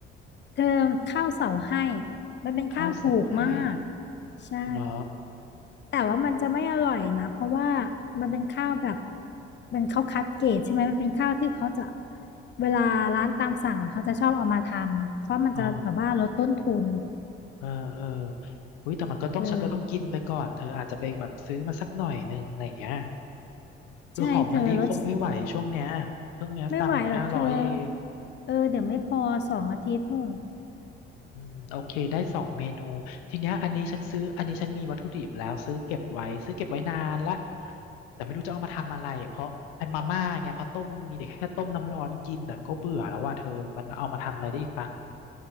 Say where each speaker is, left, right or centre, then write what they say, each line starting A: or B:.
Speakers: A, on the left; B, on the left.
A: เธอข้าวเสาให้มันเป็นข้าวถูกมาก
B: ข้าวเสาให้
A: ใช่
B: เหรอ
A: แต่ว่ามันจะไม่อร่อยนะเพราะว่ามันเป็นข้าวแบบมันเขาคัดเกรดใช่ไหมมันเป็นข้าวที่เขาจะเวลาร้านตามสั่งอ่ะเขาจะชอบเอามาทำเพราะมันจะแบบว่าลดต้นทุน
B: อ๋อเออเอออุ้ยแต่มันก็ต้องฉันก็ต้องกินไปก่อนเธออาจจะไปแบบซื้อมาสักหน่อยนึงอะไรเงี้ย
A: เออ
B: คือหอมมะลิคงไม่ไหวช่วงเนี้ยเพิ่งเนี้ยตังค์เหลือห้าร้อยเอง
A: ใช่เธอลดไม่ไหวหรอกเธอเออเดี๋ยวไม่พอสองอาทิตย์นู่น
B: อืมโอเคได้สองเมนูทีเนี้ยอันนี้ฉันซื้ออันนี้ฉันมีวัตถุดิบแล้วซื้อเก็บไว้ซื้อเก็บไว้นานละแต่ไม่รู้จะเอามาทำอะไรเพราะไอ้มาม่าไงพอต้มมีแต่แค่ต้มน้ำร้อนกินแต่ก็เบื่อแล้วว่าเธอมันเอามาทำอะไรได้อีกปะ